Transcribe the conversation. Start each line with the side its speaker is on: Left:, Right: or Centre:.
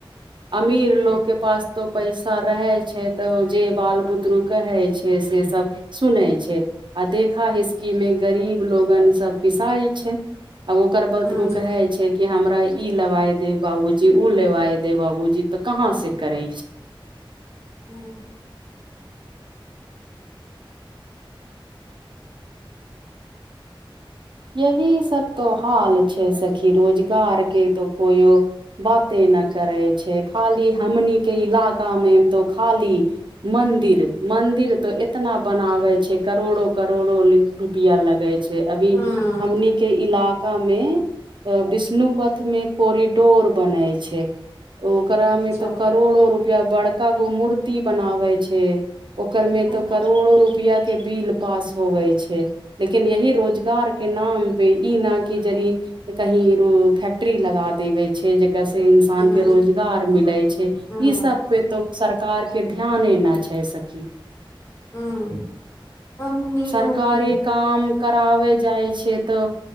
Right: अमीर लोक केँ पास तो पैसा रहैत छै तऽ जे बाल बुतरु कहैत छै से सब सुनैत छै आ देखा हिस्की मे गरीब लोगन सब पिसाए छै अब ओकर बतरु
Left: हूँ
Right: कहैत छै कि हमरा ई लवाय दे बाबूजी उ लेबाय दे बाबूजी तऽ कहाँ से करे
Left: ह्म <inaudible>
Right: यही सब तो हाल छैक सखी रोजगार केँ तो कोइयो बाते ऐना करैत छै खाली हमनी केंँ इलाका मे तो खाली मंदिर मंदिर तो एतना बनावे छैय करोड़ो करोड़ो रुपआ लगे छैय अभी
Left: हूँ
Right: हमनी के इलाका मे विष्णुपथ मे कोरिडोर बनय छय ओकरा
Left: अच्छा
Right: मे तो करोड़ो रुपआ बड़का गो मूर्ति ती बनावे छै ओकर मे
Left: हूँ
Right: तो करोड़ो रुपआ केँ बिल पास होबय छै लेकिन यही रोजगार केँ नाम पे कि जरि कही रो फैक्ट्री लगा देवय छै जे कैसे इंसान
Left: हूँ
Right: कें रोजगार मिलैत छै
Left: हूँ
Right: इ सब पे तो सरकार कार केँ ध्याने ना छै सखी
Left: हूँ हमनियो
Right: सरकारी
Left: के
Right: काम कराबे जाय छिय तऽ